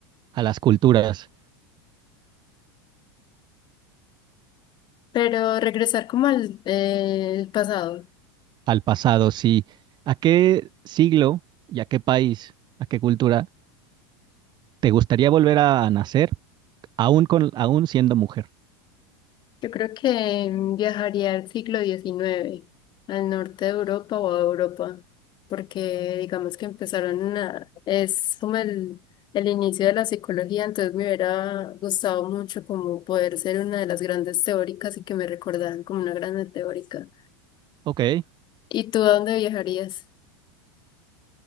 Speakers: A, on the right (about 40°); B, on the left (about 40°).
A: a las culturas,
B: pero regresar como al eh, el pasado.
A: al pasado, sí. ¿A qué siglo y a qué país, a qué cultura? ¿Te gustaría volver a nacer aún con, aún siendo mujer?
B: Yo creo que viajaría al siglo XIX, al norte de Europa o a Europa, porque digamos que empezaron a, es como el, el inicio de la psicología, entonces me hubiera gustado mucho como poder ser una de las grandes teóricas y que me recordaran como una grande teórica.
A: Ok,
B: ¿Y tú a dónde viajarías